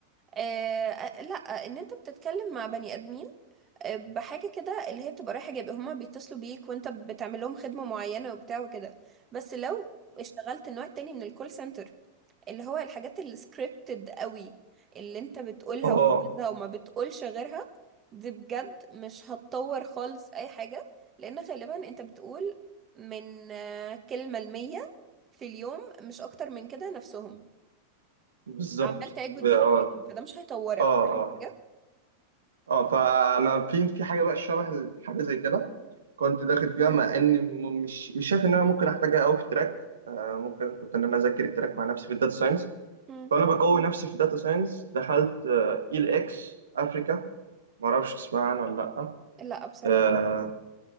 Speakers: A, on the right (about 25°); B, on the right (about 65°).
A: آه لا ان انت بتتكلم مع بني ادمين آه، بحاجه كده اللي هي بتبقى رايحه جايبه هما بيتصلوا بيك وانت بتعمل لهم خدمه معينه وبتاع وكده بس لو اشتغلت النوع التاني من الكول سنتر اللي هو الحاجات السكريبتد قوي اللي انت بتقولها
B: اه
A: وحافظها وما بتقولش غيرها دي بجد مش هتطور خالص اي حاجة لان غالبا انت بتقول من آه، كلمة المية في اليوم مش اكتر من كده نفسهم
B: بالظبط
A: عمال تعيد وتزيد
B: ب- اه
A: في اليوم فده مش هيطورك
B: اه
A: فاهم
B: اه
A: حاجة
B: اه فانا في في حاجه بقى شبه حاجه زي كده كنت داخل فيها
A: مم.
B: مع ان م- مش مش شايف ان انا ممكن احتاجها قوي في تراك آه ممكن كنت ان انا اذاكر التراك مع نفسي في الداتا ساينس
A: مم.
B: فانا بقوي نفسي في داتا ساينس دخلت اي ال اكس افريكا ما اعرفش تسمع عنها ولا لا
A: لا بصراحة
B: آه،